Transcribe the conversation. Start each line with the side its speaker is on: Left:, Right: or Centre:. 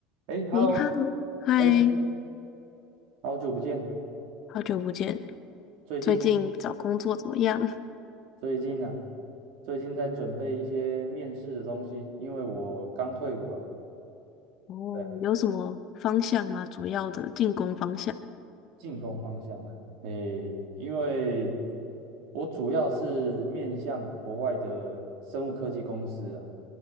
Right: 哎，Hello，
Left: 诶 h e 嗨，
Right: 哎，好久不见。
Left: 好久不见，
Right: 最近
Left: 最近找工作怎么样？<laughs>
Right: 最近啊，最近在准备一些面试的东西，因为我刚退伍啊。
Left: 哦，
Right: 对啊，
Left: 有什么方向吗？主要的进攻方向？
Right: 进攻方向啊。诶，因为我主要是面向国外的生物科技公司啊，